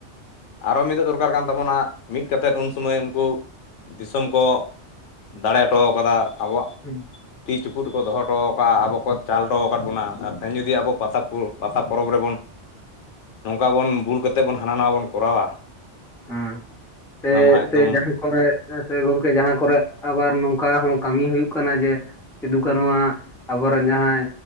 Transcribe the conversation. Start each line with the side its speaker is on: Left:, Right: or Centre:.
Left: ᱟᱨᱚ ᱢᱤᱫᱚᱜ ᱫᱚᱨᱠᱟᱨ ᱠᱟᱱ ᱛᱟᱵᱚᱱᱟ, ᱢᱤᱫ ᱠᱟᱛᱮᱫ ᱩᱱ ᱥᱚᱢᱚᱭ ᱩᱱᱠᱩ ᱫᱤᱥᱚᱢ ᱠᱚ ᱫᱟᱲᱮ ᱦᱚᱴᱚᱣ ᱠᱟᱫᱟ ᱟᱵᱚᱣᱟᱜ
Centre: ᱦᱮᱸ
Left: ᱛᱤ ᱪᱩᱯᱩᱫ ᱨᱮᱠᱚ ᱫᱚᱦᱚᱴᱚᱣ ᱟᱠᱟᱫᱼᱟ, ᱟᱵᱚ ᱠᱚ ᱪᱟᱞ ᱦᱚᱴᱚ ᱟᱠᱟᱫ ᱵᱚᱱᱟ ᱟᱨ ᱛᱮᱦᱧ ᱡᱩᱫᱤ ᱟᱵᱚ ᱯᱟᱛᱟ ᱯᱚᱨᱚᱵᱽ ᱨᱮᱵᱚᱱ ᱱᱚᱝᱠᱟ ᱵᱚᱱ ᱵᱷᱩᱞ ᱠᱟᱛᱮ ᱵᱚᱱ ᱦᱟᱱᱟ ᱱᱟᱣᱟ ᱵᱚᱱ ᱠᱚᱨᱟᱣᱟ,
Centre: ᱦᱩᱸ ᱥᱮ
Left: ᱚᱱᱟ ᱢᱟ ᱮᱠᱫᱚᱢ
Centre: ᱥᱮ ᱡᱟᱦᱟᱸ ᱠᱚᱨᱮ ᱥᱮ ᱜᱚᱝᱠᱮ ᱡᱟᱦᱟᱸ ᱠᱚᱨᱮ ᱟᱵᱟᱨ ᱱᱚᱝᱠᱟ ᱦᱚᱸ ᱠᱟᱹᱢᱤ ᱦᱩᱭᱩᱜ ᱠᱟᱱᱟ ᱡᱮ ᱥᱤᱫᱩ ᱠᱟᱹᱱᱩᱣᱟᱜ ᱟᱵᱚᱨᱮᱱ ᱡᱟᱦᱟᱸᱭ